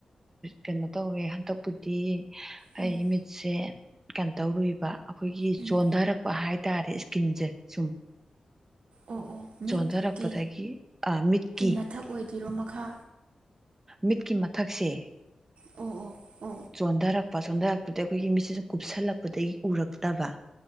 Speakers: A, on the right (about 15°); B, on the right (about 65°).
A: ꯀꯩꯅꯣ ꯇꯧꯋꯦ ꯍꯟꯗꯛꯄꯨꯗꯤ
B: ꯎꯝ
A: ꯑꯩ ꯃꯤꯠꯁꯦ ꯀꯇꯧꯔꯤ ꯑꯩꯈꯣꯏꯒꯤ
B: ꯎꯝ
A: ꯆꯣꯟꯊꯔꯛꯄ ꯍꯥꯏꯇꯥꯔꯦ ꯀꯖꯦ ꯁꯨꯝ
B: ꯑꯣ ꯑꯣ ꯃꯤꯠꯀꯤ
A: ꯆꯣꯟꯊꯔꯛꯄꯗꯒꯤ ꯃꯤꯠꯀꯤ
B: ꯃꯊꯛ ꯑꯣꯏꯗꯣꯏꯔꯣ ꯃꯈꯥ
A: ꯃꯤꯠꯀꯤ ꯃꯊꯛꯁꯦ
B: ꯑꯣ ꯑꯣ
A: ꯆꯣꯟꯊꯔꯛꯄ ꯆꯣꯟꯊꯔꯛꯄꯗ ꯑꯩꯈꯣꯏꯒꯤ ꯃꯤꯠꯁꯤꯁꯨ ꯀꯨꯞꯁꯤꯜꯂꯛꯄꯗꯒꯤ ꯎꯔꯛꯇꯕ